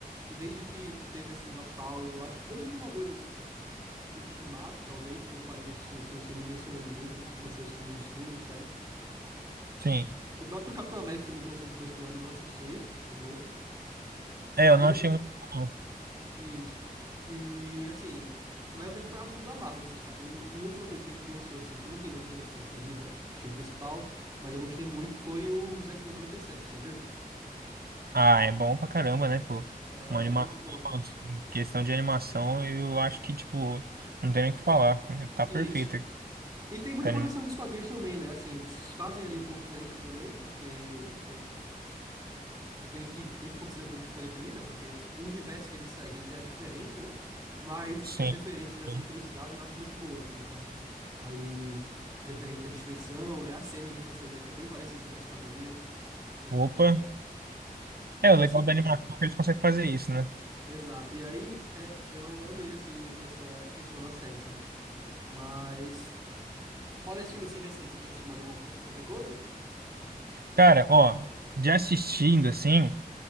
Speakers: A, on the right; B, on the right.
A: desde que teve, assim, uma pausa, eu acho que desde Vingadores Ultimato, talvez, que eu parei de assistir, assim, os filmes no cinema mesmo, comecei a assistir nos streaming, sabe?
B: Sim.
A: O próprio Capitão América também, que lançou no começo do ano, eu não assisti, o novo. Mas
B: É, eu não achei
A: eu,
B: muito bom.
A: Isso. E assim, mas eu tenho comprado tudo da Marvel, assim, sabe? O- Uma última coisa que lançou, assim, que não tem muita conexão com o universo de filme principal, mas eu gostei muito, foi o os X-Men 97, você já viu?
B: Ah, é bom pra caramba, né, pô?
A: É, eu
B: Uma
A: achei
B: animação,
A: muito bom.
B: em questão de animação, eu acho que, tipo, não tem nem o que falar. Tá
A: E
B: perfeita.
A: isso. E tem muita
B: Tá anima-
A: conexão com os quadrinhos também, né? Assim, eles fazem ali um pouco diferente, obviamente, porque tem que, tem que acontecer uma coisa diferente ali, né? Porque o universo que eles seguem já é diferente, né? Mas
B: Sim.
A: as referências, assim,
B: Sim.
A: que eles trazem eu acho muito boa, assim, sabe? Ali, referente à destruição, né? A cena a gente consegue ver que é bem parecido com os quadrinhos. Ahn,
B: Opa.
A: então,
B: É, o
A: assim,
B: legal da animação é que eles conseguem fazer isso, né?
A: exato. E aí, é, eu amei, assim, essa questão da série, sabe? Mas, fora esse filme, assim, recente, você tinha assistido mais alguma outra, outra coisa?
B: Cara, ó, de assistindo, assim,